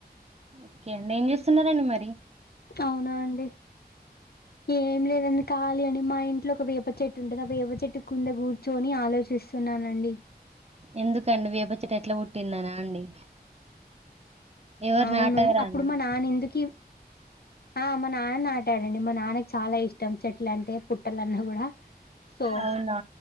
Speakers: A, on the right; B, on the left.
A: ఓకే అండి ఏం చేస్తున్నారండి మరి
B: అవునా అండి ఏం లేదండి ఖాళీ అండి మా ఇంట్లో ఒక వేప చెట్టు ఉంటుది ఆ వేప చెట్టు కింద కూర్చొని ఆలోచ చిస్తున్నానండి
A: ఎందుకండి వేప చెట్టు ఎట్లా పుట్టిందనా అండి ఎవరు
B: అవును
A: నాటారానా
B: అప్పుడు మా నాన్న ఎందుకి ఆ మా నాన్న నాటాడండి మా నాన్నకి చాలా ఇష్టం చెట్ల అంటే పుట్టలన్న కూడా సో
A: అవునా